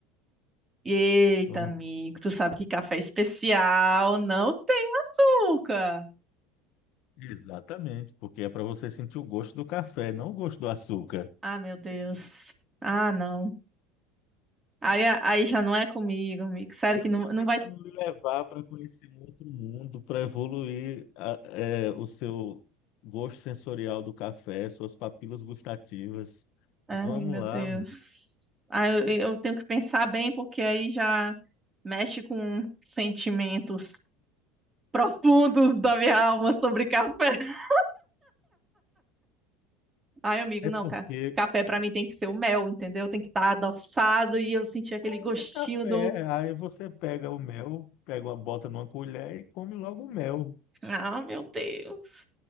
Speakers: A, on the right; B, on the left.
A: eita,
B: Vamos-
A: amigo, tu sabe que café especial não tem açúcar.
B: Exatamente, porque é para você sentir o gosto do café, não o gosto do açúcar.
A: Ah, meu Deus. Ah, não. Aí, aí já não é comigo, amigo. Sério
B: Eu
A: que
B: estou
A: não, não
B: tentando
A: vai
B: me levar para conhecer um outro mundo, para evoluir a- é, o seu gosto sensorial do café, suas papilas gustativas.
A: Ai,
B: Vamos
A: meu
B: lá.
A: Deus. Ah, eu, eu tenho que pensar bem, porque aí já mexe com sentimentos profundos da minha alma sobre café. <laughs> Ai, amigo,
B: É
A: não,
B: porque
A: ca- café pra mim tem que ser o mel, entendeu? Tem que estar adoçado e eu sentir aquele
B: ainda
A: gostinho
B: é café,
A: do.
B: aí você pega o mel, pega uma, bota numa colher e come logo o mel.
A: Ah, meu Deus.